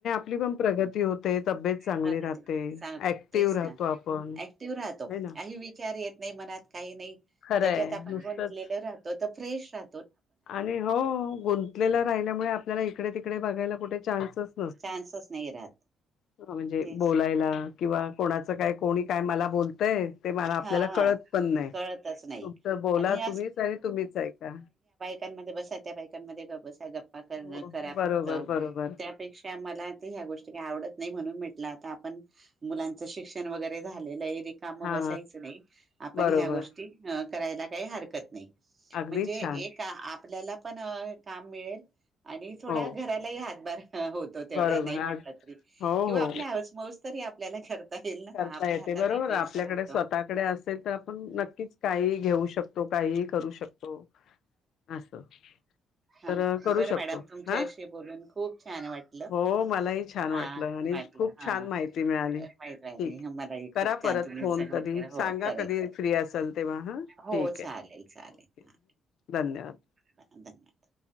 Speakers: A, on the left; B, on the right.
A: ली पण प्रगती होते. तब्येत चांगली
B: प्रगती
A: राहते,
B: सांग
A: ऍक्टिव्ह
B: तेच
A: राहतो
B: ना
A: आपण,
B: ऍक्टिव्ह राहतो
A: है ना.
B: काही विचार येत नाही मनात काही नाही,
A: खरंय
B: त्याच्यात आपण
A: नुसतंच
B: गुंतलेले राहतो. फ्रेश राह
A: आणि हो, गुंतलेल राहिल्यामुळे आपल्याला इकडे तिकडे बघायला कुठे चान्सच
B: चान्सच नाही राहत
A: म्हणजे
B: तेच
A: बोलायला किंवा कोणाचं काय, कोणी काय मला बोलतंय. ते मला आपल्याला
B: हा हा
A: कळत पण नाही
B: कळतच नाही
A: तुमच बोला
B: आणि
A: तुम्हीच आणी तुम्हीच ऐका
B: कांमध्ये त्या बायकांमध्ये बसा गप्पा करण
A: हो
B: करा
A: बरोबर
B: फक्त
A: बरोबर
B: त्यापेक्षा मला आता ह्या गोष्टी आवडत नाही म्हणून म्हटलं आता आपण, मुलांच शिक्षण वगैरे झालेलं आहे. रिकाम
A: हा
B: बस यच नाही. आपण
A: बरोबर
B: ह्या गोष्टी अ करायला काही हरकत नाही.
A: अगदी
B: म्हणजे
A: छान
B: एका आप पल्याला पण काम मिळेल आणि थोडा
A: हो
B: घरालाही हातभार होतो तेवढा
A: बरोबर
B: नाही म्हटलं
A: अग
B: तरी
A: हो
B: किंवा
A: हो
B: आपली हौस मौज तरी ते नाही खरं ईल ना,
A: करता
B: आपल्या
A: येते
B: हातात
A: बरोबर
B: एक पैसा
A: आपल्याकडे
B: राहि
A: स्वतःकडे असेल तर आपण नक्कीच काहीही घेऊ शकतो, काहीही करू शकतो असं
B: हा
A: तर करू
B: बरं
A: शकतो
B: मॅडम तुमच्याशी
A: हा,
B: बोलून खूप छान वाटलं
A: हो मलाही छान
B: हा
A: वाटलं आणि
B: वाटलं
A: खूप
B: हा
A: छान माहिती मिळाली.
B: माहित मलाही
A: ठीक करा
B: खूप छान
A: परत
B: तुम्ही
A: फोन
B: सहमत
A: कधी
B: केलं, हो
A: सांगा
B: करेल,
A: कधी फ्री असाल तेव्हा हा
B: हो
A: ठीक
B: चालेल
A: आहे
B: चालेल
A: ओके धन्यवाद
B: धन्यवाद